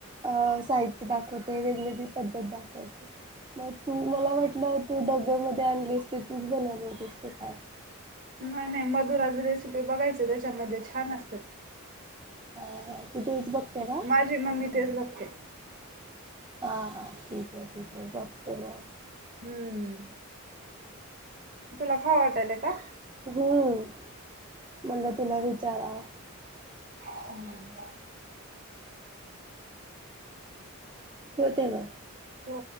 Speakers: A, on the right; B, on the right.
A: अ साहित्य दाखवतेय, वेगवेगळी पद्धत दाखवतेय. मग तू, मला वाटलं तू डब्यामध्ये आणलीसते तूच बनवलेतेसते का काय.
B: नाही नाही,, मधुराची रेसिपी बघायच त्याच्यामध्ये छान असतात.
A: अ तु बज बघते का.
B: माझी मम्मी तेच बघते.
A: हां हां, ठीक आहे ठीक आहे, बघते मगऽ
B: हम्म, तुला खाऊ वाटालय का?
A: हम्, म्हटलं तुला विचारावं.
B: हम्म.
A: ठेवते म.
B: हो.